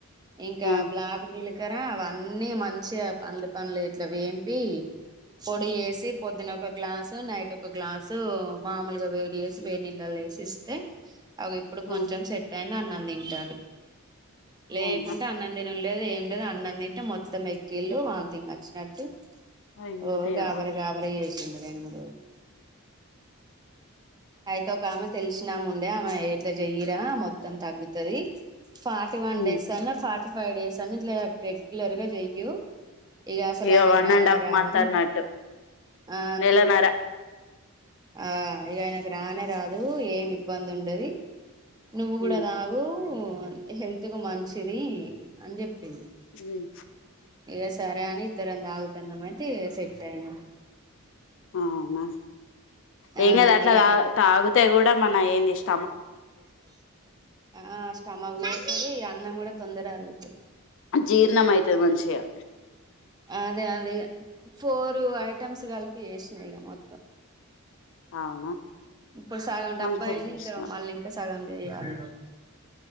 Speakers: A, on the right; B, on the left.
A: ఇంకా
B: ఆ
A: బ్లాక్ జీలకర్ర అవన్నీ మంచిగా పండ్ల పండ్లు ఇట్లా వేంపి పొడి వేసి పొద్దున ఒక గ్లాసు నైట్ ఒక గ్లాసు మామూలుగా వేడి వేసి వేడి నీళ్లలో వేసిఇస్తే అవి ఇప్పుడు
B: ఆ
A: కొంచెం సెట్ అయింది అన్నం తింటాడు లేకుంటే
B: అవునా
A: అన్నం తినుడులేదు ఏం అన్నం తింటే మొత్తం ఎకిళ్ళలు వాంతింగ్ వచ్చినట్టు
B: అయ్యో
A: ఓ
B: దేవా
A: గాబర గాబరచేస్ ఇంక, రెండుమూడు రోజులు అయితే ఒక ఆమె తెలిసినాము ఉండే ఆమె ఎట్లా చెయ్యరా మొత్తం తగ్గుతది ఫార్టీ వన్
B: ఉమ్
A: డేస్ అను ఫ ఫైవ్ డేస్ అన్నీఇట్లా రెగ్యులర్గా చెయ్యూ ఇక అసలు
B: ఇగ
A: ఆయనకు
B: వన్
A: రానే
B: అండ్ హాఫ్
A: రాదా
B: మంత్ అన్నట్టు
A: ఆ.....
B: నెలన్నర
A: ఆ ఇక ఆయనకు రానే రాదు ఏమి ఇబ్బంది ఉండది నువ్వు కూడా
B: ఉమ్
A: దాగు హెల్త్ కు మంచిది అని చెప్పింది
B: ఉమ్
A: ఏస్ సరే అని ఇద్దరం తాగుతున్నామంటె సెట్ అయింది
B: అ అవునా
A: ఆ
B: ఏం కాదు అట్లా
A: ఇగ
B: తా తాగుతే గూడా మన ఏంచెషిన్
A: ఆ స్టమక్ పోతది అన్నం కూడా తొందర ఆరుగు
B: జీర్ణమైతది మంచిగా
A: అదే అదే ఫోర్ ఐటమ్స్ కలిపి చేసిన ఇక మొత్తం
B: అవునా
A: ఇప్పుడు సగం డబ్బా
B: మంచిగనే
A: అయింది
B: చేసినవ్
A: ఇంకా మళ్ళీ ఇంకా స సగం చెయాలి